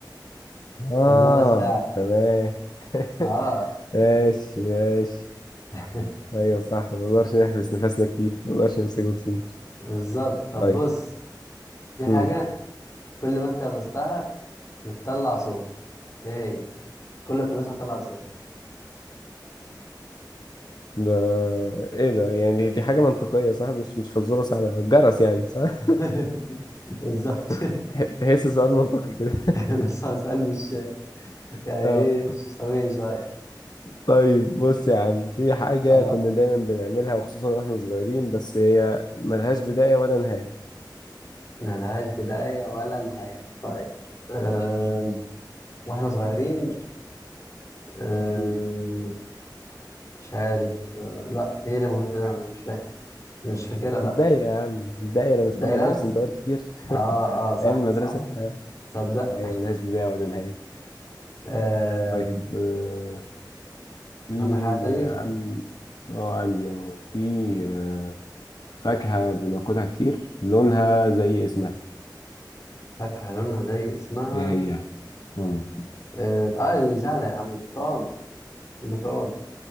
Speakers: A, on the left; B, on the left.
A: اه
B: النفس ده
A: تمام <laughs>
B: اه
A: ماشي ماشي
B: <laughs>
A: ايوه صح ما نقدرش نحبس نفسنا كتير ما نقدرش نمسكه كتير
B: بالظبط طب
A: طيب
B: بص في حاجة
A: مم.
B: كل ما انت لمستها بتطلع صوت ايه هي؟ كل ما تلمسها بتطلع صوت
A: ده ايه ده يعني دي حاجة منطقية صح مش مش فزورة صعبة الجرس يعني صح
B: <laughs> بالظبط
A: <laughs> تحس سؤال منطقي كده
B: <laughs> لسه سؤال مش يعني
A: اه
B: ايه مش طبيعي شوية
A: طيب بص يا عم في حاجة
B: اه
A: كنا دايما بنعملها وخصوصا واحنا صغيرين بس هي ملهاش بداية ولا نهاية
B: ملهاش بداية ولا نهاية طيب أه
A: مم.
B: واحنا صغيرين أه
A: مم.
B: مش عارف أه لا ايه اللي ملوش بداية أنا مش فاهم مش فاكرها لا
A: الدايرة يا عم الدايرة مش
B: الدايرة
A: كنا بنرسم دوائر كتير
B: اه
A: <laughs>
B: اه صح
A: أيام المدرسة
B: صح
A: آه.
B: تصدق
A: أيوة ملهاش بداية ولا نهاية
B: أه
A: طيب آه، في
B: عندك حاجة تانية
A: يا عم أه عندي أهو في آه، فاكهة بناكلها كتير لونها زي اسمها
B: فاكهة لونها زي اسمها
A: إيه هي؟ مم.
B: آه آه، دي سهلة يا عم البرتقال البرتقال